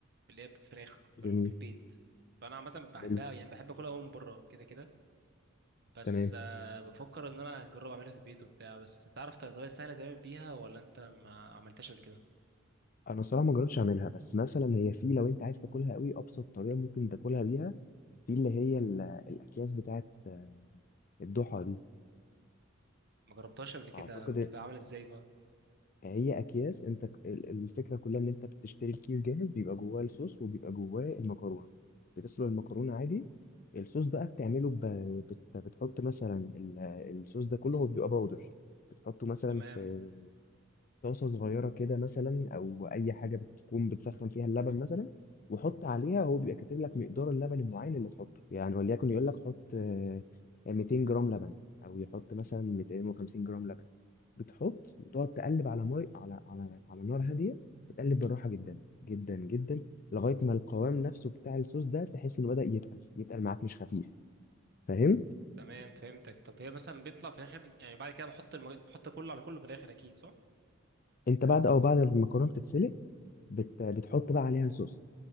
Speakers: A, on the right (about 50°); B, on the left (about 40°).
A: اللي هي بالفراخ في
B: جميل
A: ال- في البيت فانا عامه بحبها
B: حلو
A: يعني بحب اكلها أوي من بره كده كده بس
B: تمام
A: آه، بفكر ان انا اجرب اعملها في البيت وبتاع بس تعرف طريقه سهله تعمل بيها ولا انت ما عملتهاش قبل كده
B: انا الصراحه ما جربتش اعملها بس مثلا هي في لو انت عايز تاكلها قوي ابسط طريقه ممكن تاكلها بيها في اللي هي ال- الاكياس بتاعت آه، الضحى دي
A: ما جربتهاش قبل كده
B: اعتقد
A: بتبقى عامله ازاي بقى
B: هي اكياس انت ك- ال- الفكره كلها ان انت بتشتري الكيس جاهز بيبقى جواه الصوص وبيبقى جواه المكرونه بتسلق المكرونه عادي الصوص بقى بتعمله ب... بت... بتحط مثلا ال- الصوص ده كله هو بيبقى باودر بتحطه مثلا
A: تمام
B: في طاسة صغيرة كده مثلا أو أي حاجة بتكون بتسخن فيها اللبن مثلا وحط عليها هو بيبقى كاتب لك مقدار اللبن المعين اللي تحطه يعني وليكن يقول لك حط آه، 200 جرام لبن أو يحط مثلا 250 جرام لبن بتحط وتقعد تقلب على مي على على على نار هادية بتقلب بالراحة جدا جدا جدا لغاية ما القوام نفسه بتاع الصوص ده تحس إنه بدأ يتقل يتقل معاك مش خفيف فاهم؟
A: تمام فهمتك طب هي مثلا بيطلع في الاخر يعني بعد كده بحط الم... بحط كله على كله في الاخر اكيد صح
B: أنت بعد أو بعد ما المكرونة بتتسلق بت... بتحط بقى عليها الصوص